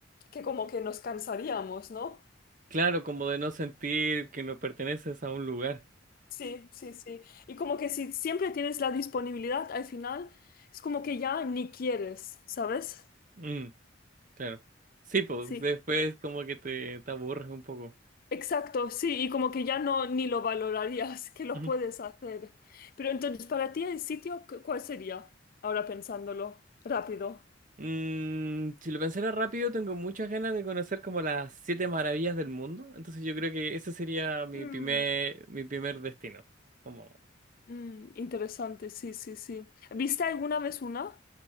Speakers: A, on the left; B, on the right.
A: que como que nos cansaríamos, ¿no?
B: Claro, como de no sentir que no perteneces a un lugar.
A: Sí, sí, sí. Y como que si siempre tienes la disponibilidad, al final es como que ya ni quieres, ¿sabes?
B: Mm, claro. Sí, pues
A: Sí.
B: después como que te, te aburres un poco.
A: Exacto, sí, y como que ya no ni lo valorarías que lo
B: Ujú.
A: puedes hacer. Pero entonces, para ti el sitio, cu- ¿cuál sería? Ahora pensándolo, rápido.
B: Mm, si lo pensara rápido, tengo muchas ganas de conocer como las siete maravillas del mundo. Entonces yo creo que ese sería mi
A: Mm,
B: primer, mi primer destino. Como,
A: mm, interesante, sí, sí, sí. ¿Viste alguna vez una?